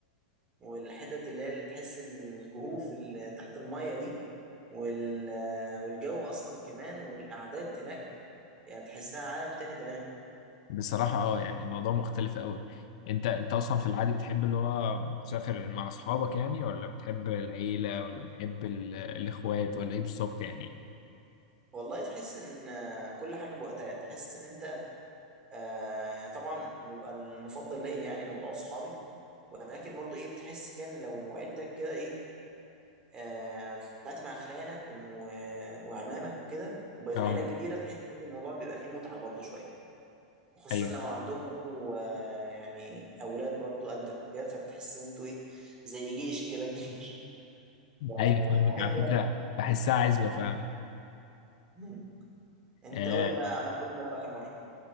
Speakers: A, on the right; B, on the left.
A: والحتت اللي هي اللي تحس الكهوف اللي تحت المية دي وال... آه، والجو أصلا كمان والقعدات هناك يعني تحسها عالم تاني تمام
B: بصراحة اه يعني الموضوع مختلف قوي انت انت اصلا في العادي بتحب اللي هو تسافر مع اصحابك يعني ولا بتحب العيلة ولا بتحب ال- الاخوات ولا ايه بالظبط يعني
A: والله تحس إن آه، كل حاجة بوقتها يعني تحس إن أنت آه طبعا بيبقى المفضل ليا يعني موضوع صحابي ولكن برضو ايه بتحس كان لو عيلتك كده ايه آه طلعت مع خلانك و... وعمامك كده وبقيتوا
B: اه
A: عيلة كبيرة تحس ان الموضوع بيبقى فيه متعة برضو شوية خصوصا
B: ايوه
A: لو عندهم برضو آه يعني اولاد برضو قدك كده فتحس ان انتوا ايه زي جيش كده كبير
B: ايوه
A: <laughs> آه
B: فاهمك
A: بحب
B: على فكرة
A: يعني
B: بحسها عزوة فعلا
A: مم. انت
B: آه،
A: قول لي بقى عملت ايه في دهب اخر مرة